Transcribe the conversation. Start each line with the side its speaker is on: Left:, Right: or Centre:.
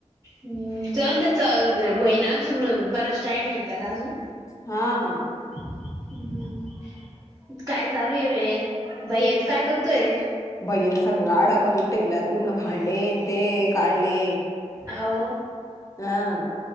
Right: हम्म. जाऊन दे च व्हय ना अजून बराच टाईम ये ना त्याला अजून?
Left: हा.
Right: हम्म. काय चालू ये बे, बई याचं काय करतोय?
Left: भैया ने सगळा राडा करून टेवला पूर्ण भांडेन ते काढले.
Right: हो.
Left: हा.